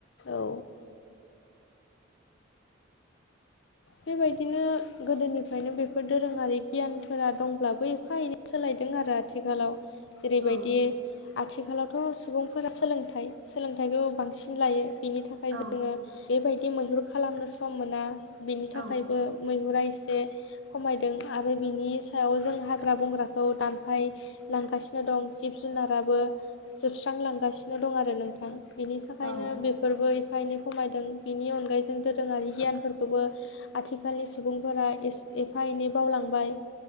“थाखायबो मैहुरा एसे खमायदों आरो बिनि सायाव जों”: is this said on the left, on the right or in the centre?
Left